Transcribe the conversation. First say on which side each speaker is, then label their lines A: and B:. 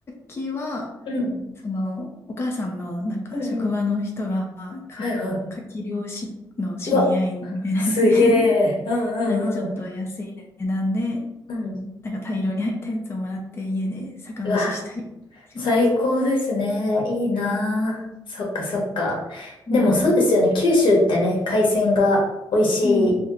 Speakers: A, on the left; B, on the left.
A: 蠣は、
B: うん。
A: その、お母さんの、なんか、
B: うんうん。
A: 職場の人が、か牡蠣漁師の知り合いみたいなやつで
B: はいはい。うわ、すげえ。
A: <laughs>
B: うんうんうん。
A: なんかちょっと安い値段で、
B: うん。
A: なんか大量に入ったやつをもらって、家で酒蒸ししたりします。
B: うわ、最高ですね。いいなあ。
A: はい。
B: そっかそっか。
A: うん。
B: でもそうですよね。九州ってね、海鮮が美味し
A: うん。